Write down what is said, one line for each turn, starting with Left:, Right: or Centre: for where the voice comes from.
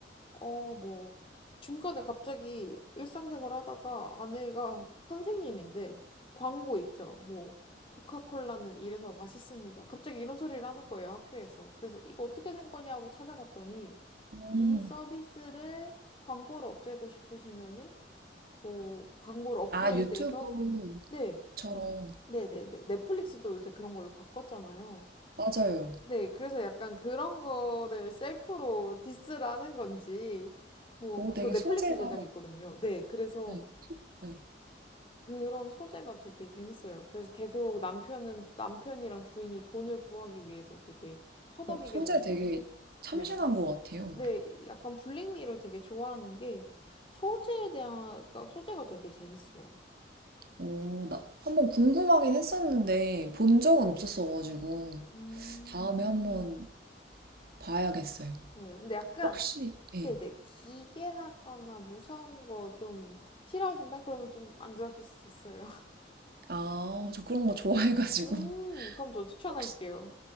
Left: 어, 뭐, 중간에 갑자기 일상생활 하다가 아내가 선생님인데 광고 있죠. 뭐, 코카콜라는 이래서 맛있습니다. 갑자기 이런 소리를 하는 거예요, 학교에서. 그래서 이거 어떻게 된 거냐고 찾아갔더니
Right: 음.
Left: 이 서비스를 광고를 없애고 싶으시면은 뭐, 광고를 업그레이드해서
Right: 아, 유튜브.
Left: 네,
Right: 처럼
Left: 네네네. 넷플릭스도 요새 그런 걸로 바꿨잖아요.
Right: 맞아요.
Left: 네, 그래서 약간 그런 거를 셀프로 디스라는 건지, 뭐,
Right: 오, 되게
Left: 이거 넷플릭스
Right: 소재가
Left: 제작이거든요. 네, 그래서
Right: 네, 네.
Left: 그런 소재가 되게 재밌어요. 그래서 계속 남편은, 남편이랑 부인이 돈을 구하기 위해서 되게 허덕이게
Right: 어, 소재
Left: 되는데,
Right: 되게 참신한
Left: 네,
Right: 것 같아요.
Left: 네, 약간 블랙미러 되게 좋아하는 게 소재에 대한, 그러니까 소재가 되게 재밌어요.
Right: 오, 나 한번 궁금하긴 했었는데 본 적은 없었어가지고
Left: 음.
Right: 다음에 한번 봐야겠어요.
Left: 네, 근데 약간,
Right: 혹시 예.
Left: 네네, 기괴하거나 무서운 거 좀 싫어하신다? 그러면 좀 안 좋아하실 수도 있어요. <laughs>
Right: 아, 저 그런 거 좋아해가지고
Left: 음,
Right: <laughs>
Left: 그럼 저 추천할게요.
Right: 혹시